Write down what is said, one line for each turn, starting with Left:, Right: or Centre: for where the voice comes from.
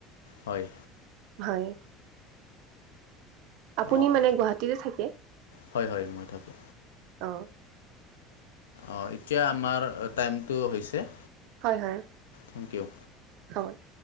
Left: হয়।
Right: হয়। আপুনি
Left: অঁ
Right: মানে গুৱাহাটীতে থাকে।
Left: হয় হয় মই থাকো।
Right: অ'।
Left: অ এতিয়া আমাৰ টাইমটো হৈছে
Right: হয়-হয়
Left: থেংক ইউ
Right: হব দ